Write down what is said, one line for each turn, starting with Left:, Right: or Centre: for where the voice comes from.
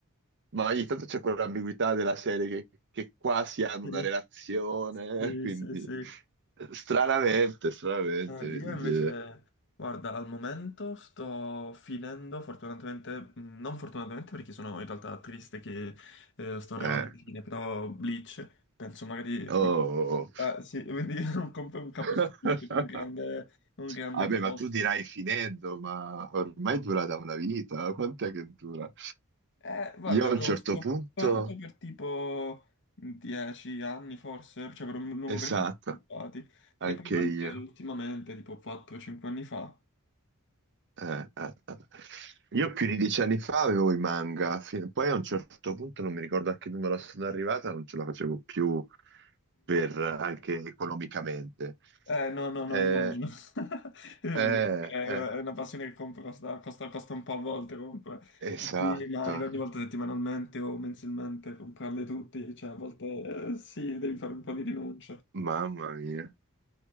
Right: ma ogni tanto c'è quell'ambiguità della serie che, che quasi hanno
Left: Sì.
Right: una relazione,
Left: Sì,
Right: <laughs> quindi
Left: sì, sì.
Right: stranamente, stranamente,
Left: Eh, io
Right: dice,
Left: invece, guarda, al momento sto finendo, fortunatamente, mh, non fortunatamente perché sono in realtà triste che eh, sto arrivando
Right: eh,
Left: alla fine, però Bleach, penso magari...
Right: oh. oh, oh.
Left: Ah, sì, quindi <laughs> non compro un capostipite,
Right: <laughs>
Left: un grande, un grande
Right: Vabbè,
Left: colosso.
Right: ma tu dirai finendo, ma ormai dura da una vita, eh? quant'è che dura?
Left: Eh, guarda,
Right: Io
Left: ne
Right: a un
Left: ho
Right: certo
Left: stoppato
Right: punto,
Left: per tipo 10 anni forse, cioè per un lungo
Right: esatto,
Left: periodo sono stoppati,
Right: anche
Left: e poi l'ho
Right: io.
Left: ripreso ultimamente, tipo 4-5 anni fa.
Right: Eh, eh, eh. Io più di dieci anni fa avevo i manga, fi- poi a un certo punto non mi ricordo a che numero sono arrivata, non ce la facevo più per, anche economicamente.
Left: Eh, no, no,
Right: Eh,
Left: no, immagino. <laughs> Perché
Right: eh,
Left: eh,
Right: eh,
Left: È una passione che compro, costa, costa, costa un po' a volte comunque.
Right: esatto,
Left: Tutti i manga, ogni volta settimanalmente o mensilmente, comprarli tutti, cioè a volte eh, sì, devi fare un po' di rinuncia.
Right: mamma mia.